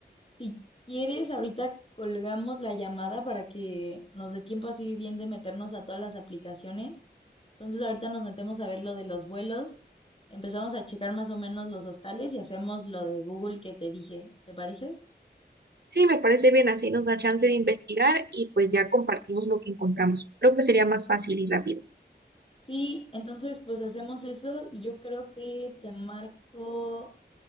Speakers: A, on the left; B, on the right.
A: Si quieres, ahorita colgamos la llamada para que nos dé tiempo así bien de meternos a todas las aplicaciones. Entonces ahorita nos metemos a ver lo de los vuelos, empezamos a checar más o menos los hostales y hacemos lo de Google que te dije, ¿te parece?
B: Sí, me parece bien, así nos da chance de investigar y pues ya compartimos lo que encontramos. Creo que sería más fácil y rápido.
A: Sí, entonces pues hacemos eso y yo creo que te marco